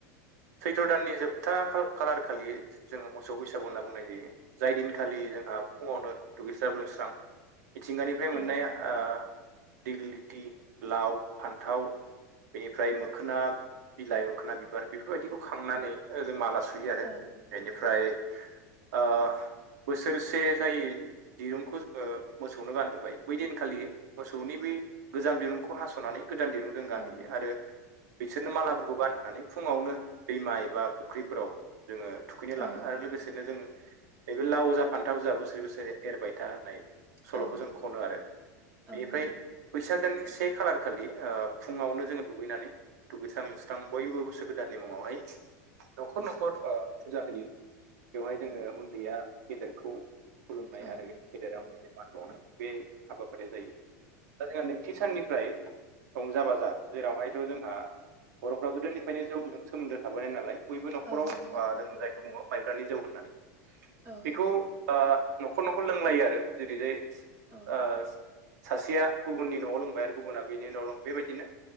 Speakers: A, on the right; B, on the right.
A: सैथ्र' दाननि जोबथा खालार खालि जोङो मोसौ बैसागु होनना बुंनाय जायो। जाय दिनखालि जोंहा फुङावनो दुगैस्राब्लोस्रां मिथिंगानिफ्राय
B: औ
A: मोननाय ओ दिडिग्रि थि लाव, फान्थाव बेनिफ्राय मोखोना बिलाइ मोखोना बिबार बेफोरबायदिखौ खांनानै जों माला सुयो आरो
B: औ
A: बेनिफ्राय ओ बोसोरसे जायो। दिरुंखौ जोङो मोसौनो गानहोबाय बै दिनखालि मोसौनि बि गोजाम दिरुंखौ हास'नानै गोदान दिरुं जों
B: औ
A: गानहैयो आरो बिसोरनो मालाफोरखौ गानहोनानै फुङावनो दैमा एबा फुख्रिफोराव जोङो थुखैनो
B: औ
A: लाङो आरो लोगोसेनो जों बे लाव जा फान्थाव जाआ बोसोर बोसोरै एरबाय था होननाय सल'खौ
B: औ
A: जों खनो आरो
B: औ
A: बेनिफ्राय
B: नंगौ
A: बैसाग दाननि से खालार खालि ओ फुङावनो जोङो दुगैनानै दुगैसांस लोब स्रां बयबो बोसोर गोदाननि मुङावहाय न'खर न'खर फुजा होयो बेवहाय जोङो उन्दैया गेदेरखौ खुलुमनाय
B: औ
A: आरो गेदेराव मान बावनाय बे हाबाफारिया जायो। दा जोंहा नैथि साननिफ्राय रंजा बाजा जेरावहायथ' जोंहा बर'फ्रा गोदोनिफ्रायनो जौजों सोमोन्दो थाबोनाय नालाय बयबो न'खराव
B: ओं नंगौ।
A: ओ जों जायखौ बुङो माइब्रानि जौ होननानै
B: औ
A: बेखौ न'खर न'खर लोंलायो आरो जेरैजाय
B: औ
A: ओ सासेया गुबुननि न'आव लोंबाय आरो गुबुना बेनि न'आव लोंबाय बेबायदिनो